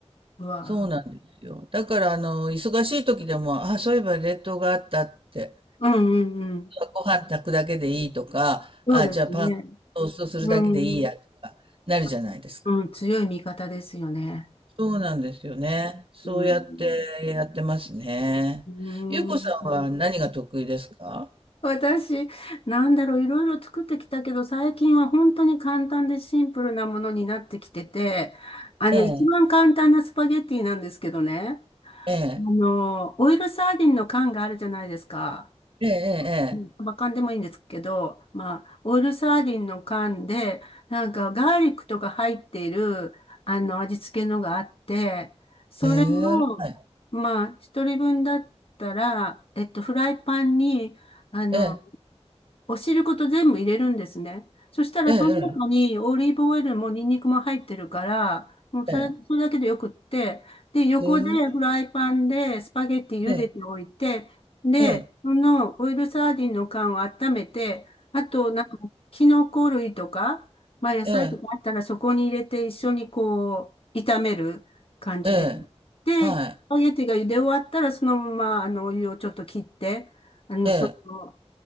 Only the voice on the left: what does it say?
うわ、
うんうんうん。
そうですね。
うん。
そうん、強い味方ですよね。
うん。うん。
私、なんだろう、いろいろ作ってきたけど、最近は本当に簡単でシンプルなものになってきてて、あの、
一番簡単なスパゲッティなんですけどね。
あの、オイルサーディンの缶があるじゃないですか。
うん。サバ缶でもいいんですけど、まあ、オイルサーディンの缶で、なんかガーリックとか入っている、あの、味付けのがあって、それを、
まあ、一人分だったら、えっと、フライパンに、あの、
お汁ごと全部入れるんですね。そしたらその中にオリーブオイルもニンニクも入ってるから、
もうそれ、
それだけでよくって、で、横でフライパンでスパゲッティ茹でておいて、
で、
そのオイルサーディンの缶を温めて、あとなんかキノコ類とか、まあ野菜とかあったらそこに入れて一緒にこう炒める感じで。
で、
スパゲッティが茹で終わったらそのままあのお湯をちょっと切って、あの、
その